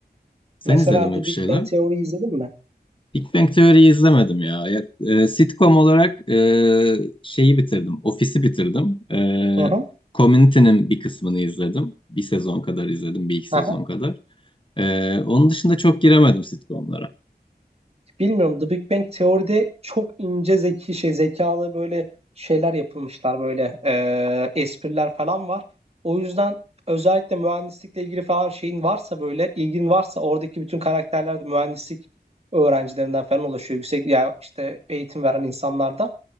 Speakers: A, on the left (about 30°); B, on the right (about 35°).
A: Sen
B: Mesela
A: izledin mi
B: The
A: bir
B: Big
A: şeyler?
B: Bang Theory izledin mi?
A: Big Bang Theory'yi izlemedim ya. Ya, e, sitcom olarak e, şeyi bitirdim. Ofisi bitirdim. E,
B: Hı hı.
A: Community'nin bir kısmını izledim. Bir sezon kadar izledim. Bir iki sezon
B: Aha.
A: kadar. E, onun dışında çok giremedim sitcomlara.
B: Bilmiyorum The Big Bang Teori'de çok ince zeki şey zekalı böyle şeyler yapılmışlar böyle eee, espriler falan var. O yüzden özellikle mühendislikle ilgili falan şeyin varsa böyle ilgin varsa oradaki bütün karakterler de mühendislik öğrencilerinden falan oluşuyor. Yüksek ya işte eğitim veren insanlardan